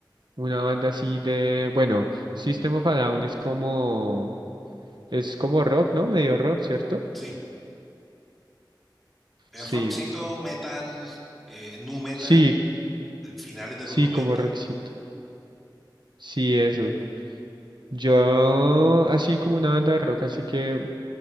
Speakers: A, on the right; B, in the centre.
A: una banda así de, bueno, System of a Down es como, es como rock, ¿no? Medio rock, ¿cierto?
B: Sí, es
A: Sí,
B: rockcito, metal, eh, nu metal,
A: sí,
B: de finales de
A: sí,
B: los 90.
A: como rockcito. Sí, eso. Yo, así como una banda de rock, así que,